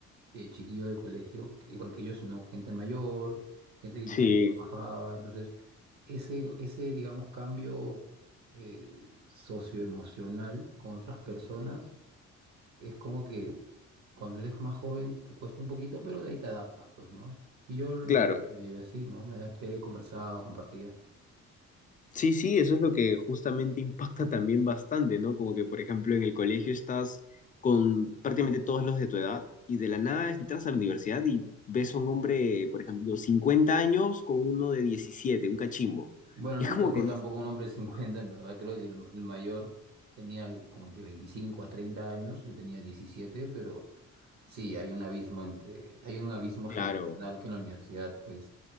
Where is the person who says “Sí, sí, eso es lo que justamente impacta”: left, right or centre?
Left